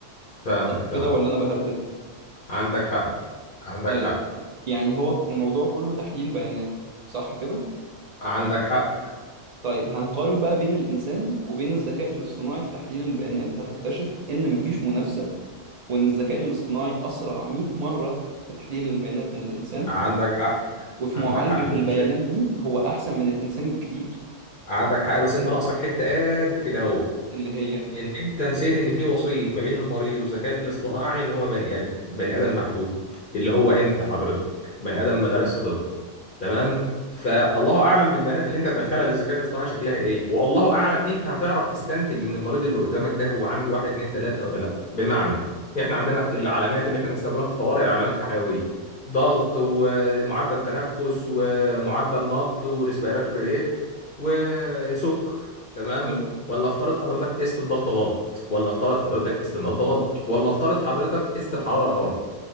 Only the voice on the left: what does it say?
فاهمك
فاهم
عندك حق عندك
حق
عندك حق
عندك حق
عندك
حق مفيش
مشاكل
عندك حق بس انت ناقصك حته قد كده اهو
ان انت نسيت ان في وصيه ما بين المريض والذكاء الاصطناعي ان هو بني ادم بني ادم محدود اللي هو انت حضرتك بني ادم ما درسش طب تمام فالله اعلم بالبيانات اللي انت هتدخلها للذكاء الاصطناعي شكلها ايه والله اعلم انت هتعرف تستنتج من المريض اللي قدامك ده هو عنده واحد اتنين تلاته ولا لا بمعنى احنا عندنا العلامات اللي احنا بنستخدمها في الطوارئ العلامات الحيويه ضغط ومعدل تنفس ومعدل نبض وريسبيراتوري ريت وسكر تمام
ولا افترض حضرتك قست الضغط غلط ولا افترض حضرتك قست النبض غلط ولا افترض حضرتك قست الحراره غلط